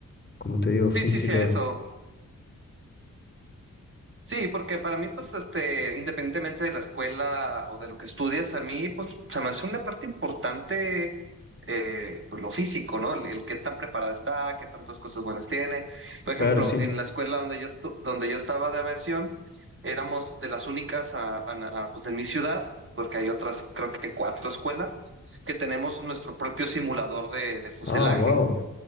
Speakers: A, on the left (about 35°); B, on the right (about 40°).
A: como te digo, físico.
B: Sí, sí, sí, a eso. Sí, porque para mí, pues, este, independientemente de la escuela o de lo que estudias, a mí, pues, se me hace una parte importante, eh, pues, lo físico, ¿no? El, el qué tan preparada está, qué tantas cosas buenas tiene. Por ejemplo,
A: Claro, sí.
B: en la escuela donde yo estu- donde yo estaba de aviación, éramos de las únicas a, a- a, pues, en mi ciudad, porque hay otras, creo que cuatro escuelas, que tenemos nuestro propio simulador de de fuselaje.
A: Ah, wow.